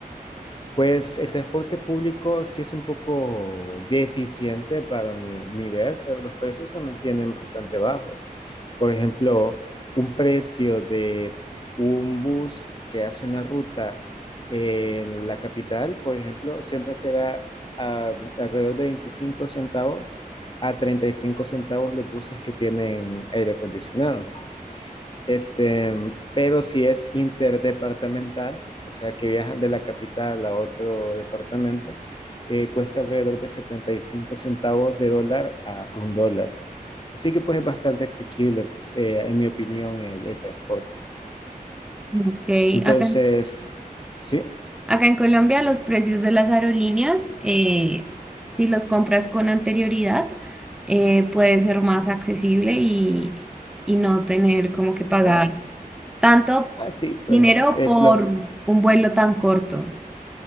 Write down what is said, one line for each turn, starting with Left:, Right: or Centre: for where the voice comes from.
Left: Pues el transporte público sí es un poco deficiente para mi, mi ver, pero los precios se mantienen bastante bajos. Por ejemplo, un precio de un bus que hace una ruta en la capital, por ejemplo, siempre será ah, alrededor de 25 centavos a 35 centavos los buses que tienen aire acondicionado. Este, pero si es interdepartamental, o sea que viajan de la capital a otro departamento, eh, cuesta alrededor de 75 centavos de dólar a un dólar. Así que pues es bastante asequible, eh, en mi opinión, el, el transporte.
Centre: Ok,
Left: Entonces,
Centre: acá,
Left: sí,
Centre: acá en Colombia los precios de las aerolíneas, eh, si los compras con anterioridad, eh, puede ser más accesible y, y no tener como que pagar
Left: ah,
Centre: tanto
Left: ah, sí,
Centre: dinero
Left: pero eh,
Centre: por
Left: lo-
Centre: un vuelo tan corto.